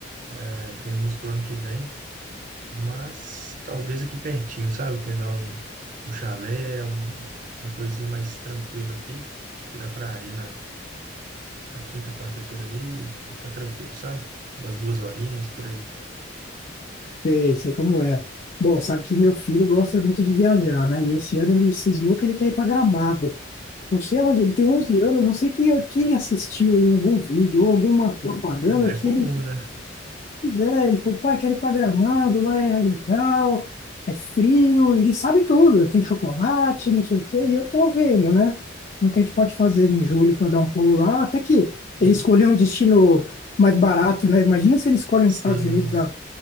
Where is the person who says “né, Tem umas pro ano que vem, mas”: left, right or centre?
Right